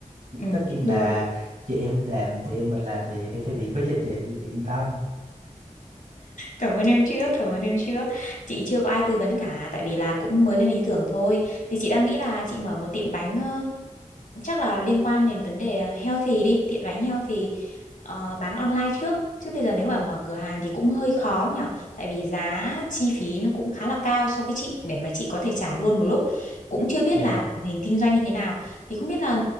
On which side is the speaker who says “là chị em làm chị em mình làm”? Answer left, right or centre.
Right